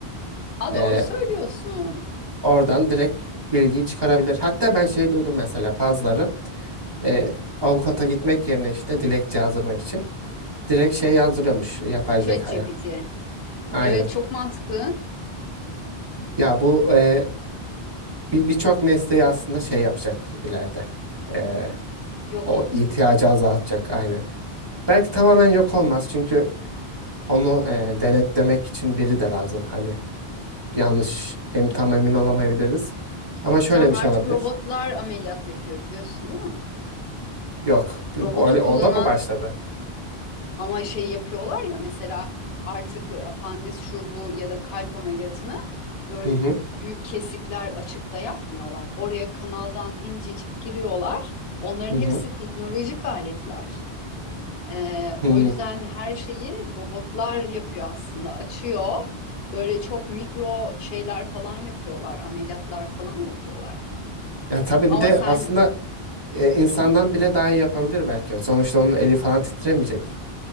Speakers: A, on the left; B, on the right.
A: Aa,
B: Ee,
A: doğru söylüyorsun.
B: oradan direkt bilgiyi çıkarabilir. Hatta ben şey duydum mesela bazıları e, avukata gitmek yerine işte dilekçe yazdırmak için direkt şey yazdırıyormuş yapay
A: ChatGPT.
B: zekaya. Aynen.
A: Evet çok mantıklı.
B: Ya bu e, bir birçok mesleği aslında şey yapacak ileride. E,
A: Yok
B: o
A: edecek.
B: ihtiyacı azaltacak aynen. Belki tamamen yok olmaz çünkü onu e, denetlemek için biri de lazım. Hani yanlış em, tam emin olamayabiliriz. Ama şöyle
A: Can artık
B: bir şey olabilir.
A: robotlar ameliyat yapıyor biliyorsun değil mi?
B: Yok. bir-
A: Robotu
B: O, öyle, o
A: kullanan
B: da mı başladı?
A: ama şey yapıyorlar ya mesela artık e, apandis şu bu ya da kalp ameliyatını böyle
B: Hı hı.
A: büyük kesikler açıp da yapmıyorlar. Oraya kanaldan incecik giriyorlar. Onların
B: Hı hı.
A: hepsi teknolojik aletler. Ee,
B: hı.
A: o yüzden her şeyi robotlar yapıyor aslında. Açıyor. Böyle çok mikro şeyler falan yapıyorlar. Ameliyatlar falan yapıyorlar.
B: Ya tabii
A: Ama
B: bir de
A: sen
B: aslında e, insandan
A: hı hı,
B: bile daha iyi yapabilir belki. Sonuçta onun eli falan titremeyecek.